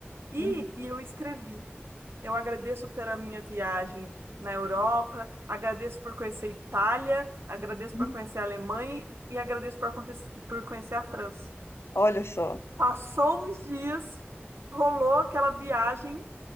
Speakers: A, on the right; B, on the left.
A: E,
B: uhum,
A: e eu escrevi. Eu agradeço pela minha viagem na Europa, agradeço por conhecer a Itália, agradeço
B: uhum.
A: por conhecer a Alemanha e agradeço por, aconte- por conhecer a França.
B: Olha só.
A: Passou uns dias, rolou aquela viagem